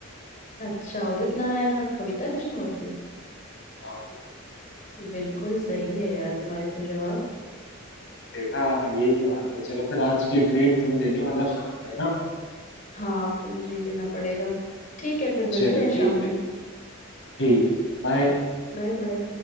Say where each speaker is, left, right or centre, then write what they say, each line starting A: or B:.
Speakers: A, on the left; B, on the left.
A: अच्छा उदित नारायण और कविता कृष्णमूर्ति
B: हाँ,
A: बिल्कुल सही है यार तुम्हारे तो जवाब
B: देखा यही तो बात है चलो फिर आज की ट्रीट तुम दे रही हो मतलब शाम को है ना
A: हाँ अब तो मुझे ही देना पड़ेगा ठीक है फिर मिलते
B: चलो
A: हैं
B: ठीक
A: शाम
B: है
A: में
B: ठीक है बाय
A: Bye bye